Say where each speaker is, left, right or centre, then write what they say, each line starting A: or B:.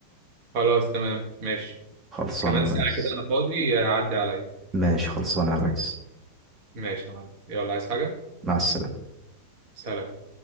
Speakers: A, on the right; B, on the right.
A: خلاص تمام ماشي
B: خلصانة
A: كمان
B: يا ريس
A: ساعة كده أنا فاضي آه، عدي عليا
B: ماشي خلصانة يا ريس
A: ماشي يا معلم يلا عايز حاجة
B: مع السلامة
A: سلام